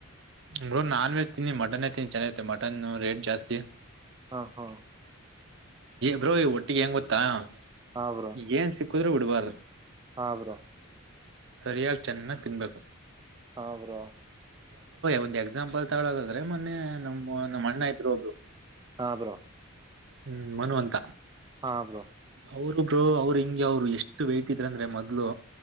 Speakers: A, on the right; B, on the right.
A: ಬ್ರೋ ನಾನ್ ವೆಜ್ ತಿನ್ನಿ ಮಟನ್ ತಿನ್ನಿ ಚೆನ್ನಾಗೈತೆ ಮಟನ್ ರೇಟ್ ಜಾಸ್ತಿ
B: ಹಾ ಹಾ
A: ಬ್ರೋ ಒಟ್ಟಿಗೆ ಹೆಂಗ್ ಗೊತ್ತಾ <inaudible>
B: ಹಾ ಬ್ರೋ
A: ಏನ್ ಸಿಕ್ಕುದ್ರೂ ಬಿಡ್ಬಾರ್ದು
B: ಹಾ ಬ್ರೋ
A: ಸರಿಯಾಗಿ ಚೆನ್ನಾಗ್ ತಿನ್ಬೇಕು
B: ಹಾ ಬ್ರೋ
A: ಒಂದ ಎಕ್ಸಾಂಪಲ್ ತಗೊಳದಾದ್ರೆ ಮೊನ್ನೆ ನಮ್ಮ ಅಣ್ಣ ಇದ್ರು ಒಬ್ರು <inaudible>
B: ಹಾ ಬ್ರೋ
A: ಹ್ಮ್ ಮನು ಅಂತ
B: ಹಾ ಬ್ರೋ
A: ಅವರು ಬ್ರೋ ಅವರು ಹಿಂಗೆ ಅವ್ರು ಎಷ್ಟು ವೇಟ್ ಇದ್ರಂದ್ರೆ ಮೊದ್ಲು